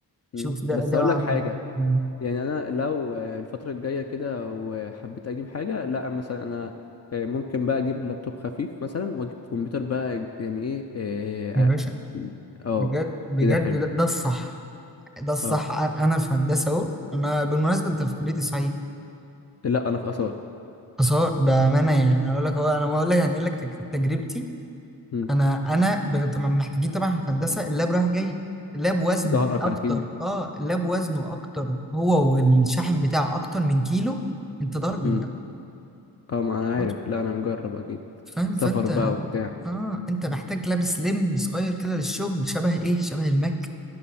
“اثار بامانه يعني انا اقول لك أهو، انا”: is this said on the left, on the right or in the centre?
Centre